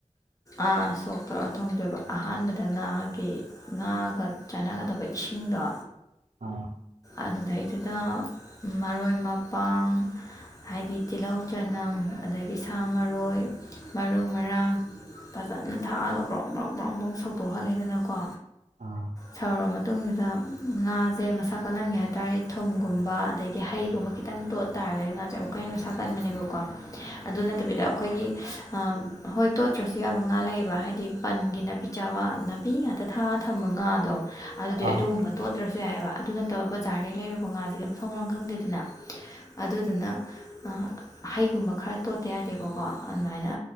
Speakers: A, on the left; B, on the right.
A: ꯑꯥ ꯁꯣꯛ ꯇꯧꯔ ꯊꯣꯡꯗꯣꯏꯕ ꯑꯍꯥꯟꯕꯗ ꯉꯥꯒꯤ ꯉꯥꯒ ꯆꯥꯅꯒꯗꯕ ꯏꯁꯤꯡꯗꯣ
B: ꯑꯥ
A: ꯑꯗꯨꯗꯩꯗꯨꯗ ꯃꯔꯣꯏ ꯃꯄꯥꯡ ꯍꯥꯏꯗꯤ ꯇꯤꯜꯍꯧ ꯆꯥꯅꯝ ꯑꯗꯒꯤ ꯁꯥ ꯃꯔꯣꯏ ꯃꯔꯨ ꯃꯔꯥꯡ ꯐꯖꯅ ꯊꯥꯛꯑꯒ ꯕ꯭ꯔꯣꯡ ꯕ꯭ꯔꯣꯡ ꯕ꯭ꯔꯣꯡ ꯕ꯭ꯔꯣꯡ ꯁꯧꯗꯣꯛꯍꯜꯂꯦꯗꯅꯀꯣ
B: ꯑꯥ
A: ꯁꯧꯔꯥ ꯃꯇꯨꯡꯁꯤꯗ ꯉꯥꯁꯦ ꯃꯁꯛ ꯀꯜꯍꯟꯒꯦ ꯍꯥꯏꯇꯥꯔꯗꯤ ꯊꯨꯝꯒꯨꯝꯕ ꯑꯗꯒꯤ ꯍꯩꯒꯨꯝꯕ ꯈꯤꯇꯪ ꯇꯣꯠ ꯇꯥꯔꯒꯗꯤ ꯉꯥꯁꯦ ꯑꯃꯨꯛꯀꯥ ꯍꯦꯟꯅ ꯃꯁꯥꯀꯟꯕꯅꯦꯕꯀꯣ ꯑꯗꯨ ꯅꯠꯇꯕꯤꯗ ꯑꯩꯈꯣꯏꯒꯤ ꯑꯥ ꯍꯣꯏ ꯇꯣꯠꯇ꯭ꯔꯁꯨ ꯌꯥꯕ ꯉꯥ ꯂꯩꯌꯦꯕ ꯍꯥꯏꯗꯤ ꯄꯟꯒꯤ ꯅꯥꯄꯤ ꯆꯥꯕ ꯅꯥꯄꯤ ꯉꯥꯛꯇ ꯊꯥꯛꯑꯥ ꯊꯝꯕ ꯉꯥꯗꯣ ꯑꯗꯨꯗꯤ
B: ꯑꯥ
A: ꯑꯗꯨꯒꯨꯝꯕ ꯇꯣꯠꯇ꯭ꯔꯁꯨ ꯌꯥꯏꯕ ꯑꯗꯨꯅꯠ ꯇ ꯕꯖꯥꯔꯗꯩ ꯂꯩꯔꯨꯕ ꯉꯥꯁꯤꯗꯤ ꯃꯥꯊꯣꯡ ꯃꯔꯝ ꯈꯪꯗꯦꯗꯅ ꯑꯗꯨꯗꯨꯅ ꯑꯥ ꯍꯩꯒꯨꯝꯕ ꯈꯔ ꯇꯣꯠꯇ ꯌꯥꯗꯦꯕꯀꯣ ꯑꯗꯨꯃꯥꯏꯅ